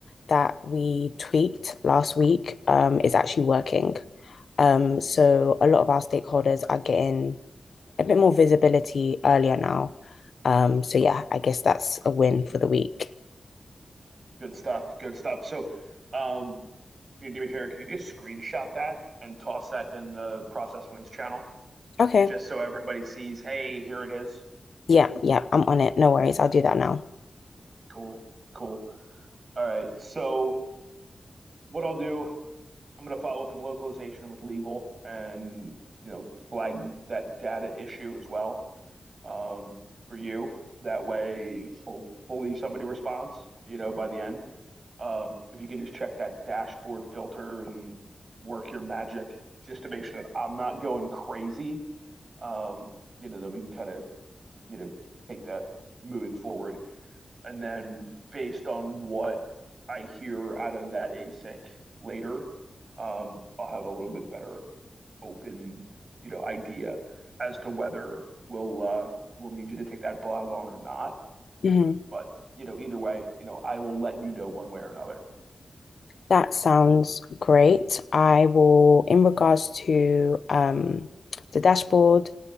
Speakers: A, on the left; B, on the right.
A: that we tweaked last week, um, is actually working. Um, so a lot of our stakeholders are getting a bit more visibility earlier now. Um, so yeah, I guess that's a win for the week.
B: Good stuff. Good stuff. So, um, can you do me a favor? Can you just screenshot that and toss that in the Process Wins channel
A: Okay.
B: just so everybody sees, hey, here it is.
A: Yeah, yeah, I'm on it. No worries. I'll do that now.
B: Cool. Cool. All right. So, what I'll do, I'm going to follow up with localization and with legal and, you know, flag that data issue as well um, for you. That way, hopefully somebody responds, you know, by the end Um, if you can just check that dashboard filter and work your magic just to make sure that I'm not going crazy, um, you know, then we can kind of, you know, take that moving forward. And then based on what I hear out of that async later, um, I'll have a little bit better open, you know, idea as to whether we'll uh, we'll need you to take that blog on or not.
A: Mhm.
B: But you know, either way, you know, I will let you know one way or another.
A: That sounds great. I will, in regards to um, the dashboard